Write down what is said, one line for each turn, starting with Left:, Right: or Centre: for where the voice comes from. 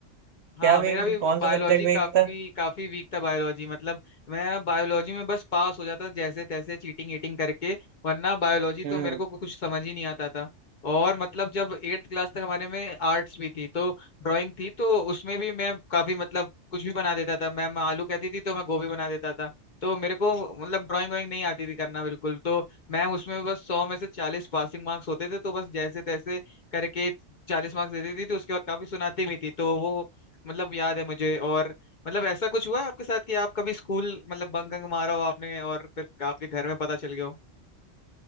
Left: हाँ
Right: क्या
Left: मेरा
Right: वीक
Left: भी
Right: कौन
Left: बायोलॉजी
Right: सा सब्जेक्ट
Left: काफी
Right: वीक था
Left: काफी वीक था बायोलॉजी मतलब मैं बायोलॉजी में बस पास हो जाता था जैसे तैसे चीटिंग ईटिंग करके वरना बायोलॉजी तो
Right: हम्म
Left: मेरे को कु- कुछ समझ ही नहीं आता था और मतलब जब एट्थ क्लास तक हमारे में आर्ट्स भी थी तो ड्राइंग थी तो उसमें भी मैं काफी मतलब कुछ भी बना देता था मैम आलू कहती थी तो मैं गोभी बना देता था तो मेरे को मतलब ड्राइंग वाइंग नहीं आती थी करना बिल्कुल तो मैम उसमें बस सौ में से चालीस पासिंग मार्क्स होते थे तो बस जैसे तैसे करके चालीस मार्क्स देती थी तो उसके बाद काफी सुनाती भी थी तो वो मतलब याद है मुझे और मतलब ऐसा कुछ हुआ है आपके साथ कि आप कभी स्कूल मतलब बंक वंक मारा हो आपने और फिर आपके घर में पता चल गया हो